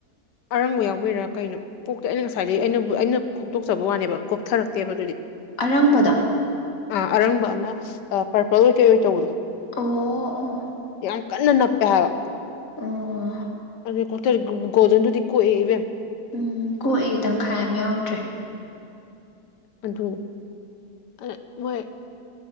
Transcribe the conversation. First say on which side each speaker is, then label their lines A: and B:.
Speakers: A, on the left; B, on the left.
A: ꯑꯔꯪꯕ ꯌꯥꯎꯕꯩꯔꯥ ꯀꯩꯅꯣ ꯀꯣꯛꯇꯦ ꯑꯩꯅ ꯉꯁꯥꯏꯗꯤ ꯑꯩꯅꯕꯨ ꯑꯩꯅ ꯈꯣꯛꯇꯣꯛꯆꯕ ꯋꯥꯅꯦꯕ ꯀꯣꯛꯊꯔꯛꯇꯦꯕ ꯑꯗꯨꯗꯤ
B: ꯑꯔꯪꯕꯗꯥ
A: ꯑꯥ ꯑꯔꯪꯕ ꯑꯃ ꯄꯔꯄꯜ ꯑꯣꯏ ꯀꯩ ꯑꯣꯏ ꯇꯧꯕꯗꯣ
B: ꯑꯣ ꯑꯣ
A: ꯌꯥꯝ ꯀꯟꯅ ꯅꯞꯄꯦ ꯍꯥꯏꯕ
B: ꯑꯥ
A: ꯑꯗꯨ ꯀꯣꯛꯇ ꯒꯣꯜꯗꯟꯗꯨꯗꯤ ꯀꯣꯛꯏ ꯏꯕꯦꯝꯃ
B: ꯎꯝ ꯀꯣꯛꯑꯦ ꯇꯪꯈꯥꯏꯑꯃ ꯌꯥꯎꯗ꯭ꯔꯦ
A: ꯑꯗꯨ ꯑ ꯃꯣꯏ